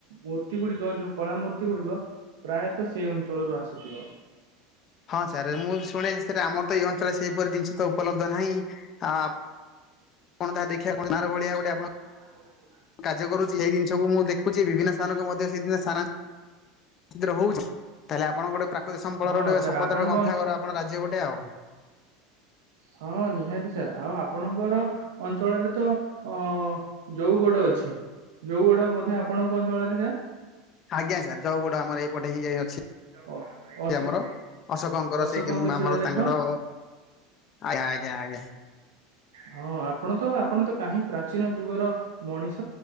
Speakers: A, on the right; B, on the left.
A: ମୂର୍ତ୍ତି ଗୁଡିକ ଯୋଉ କଳା ମୂର୍ତ୍ତି ଗୁଡିକ ପ୍ରାୟତଃ ସେଇ ଅଞ୍ଚଳରୁ ଆସିଥିବ।
B: ହଁ ସାର୍ ମୁଁ ଶୁଣିଚି ସାର ଆମର ତ ଏଇ ଅଞ୍ଚଳରେ ସେଇପରି ଜିନିଷ ତ ଉପଲବ୍ଧ ନାହିଁ ଆ ଆପଣ ଯାହା ଦେଖିବାକୁ ଅନ୍ଧାରଭଳିଆ ଗୋଟେଆପଣ।
A: ଲ <inaudible>
B: କାର୍ଯ୍ୟ କରୁଚି ସେଇ ଜିନିଷକୁ ମୁଁ ଦେଖୁଚି ବିଭିନ୍ନ ସ୍ଥାନକୁ ମଧ୍ୟ ସେଇଦିନ ସ୍ଥାନା ହିମିତି ରହୁଚି। ତାହେଲେ ଆପଣ ଗୋଟେ ପ୍ରାକୃତିକ ସମ୍ବଳର
A: ହଁ
B: ଗୋଟେ
A: ସାର୍
B: ସମ୍ପଦର
A: ଆପଣଙ୍କ
B: ଗୋଟେ ଗନ୍ଥା ଘର ଆପଣ ରାଜ୍ୟ ଗୋଟେ ଆଉ।
A: ହଁ ନିହାତି ସାର୍ ଆଉ ଆପଣଙ୍କର ଅଞ୍ଚଳରେ ତ ଅ ଯଉଗଡ ଅଛି। ଯଉଗଡ ବୋଧେ ଆପଣଙ୍କ ଅଞ୍ଚଳରେ ହେ।
B: ଆଜ୍ଞା ସାର ଯଉଗଡ ଆମର ଏଇପଟେ ହିଁ ଯାଇ ଅଛି।
A: ଅ
B: ସେ
A: ଅଶୋକ
B: ଆମର ଅଶୋକଙ୍କର
A: ଅଶୋକଙ୍କ
B: ସେ କି ଆମର
A: ଶିଳାଲେଖ
B: ତାଙ୍କର ଆଜ୍ଞା ଆଜ୍ଞା ଆଜ୍ଞା।
A: ହଁ ଆପଣ ତ ଆପଣ ତ କାହିଁ ପ୍ରାଚୀନ ଯୁଗର ମଣିଷ